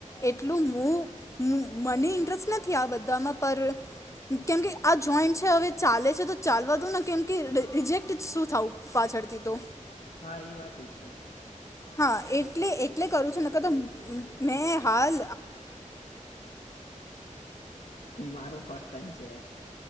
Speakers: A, on the left; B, on the left.
A: એટલું હું મને ઇન્ટરેસ્ટ નથી આ બધામાં પર કેમ કે આ જોઈન્ટ છે હવે ચાલે છે તો ચાલવા દઉ ને કેમ કે રિજેક્ટ શું થાવું પાછળથી તો
B: હા એ વાત છે
A: હા એટલે એટલે કરું છું નકતો મેં હાલ
B: મારું ફર્સ્ટ ટાઈમ છે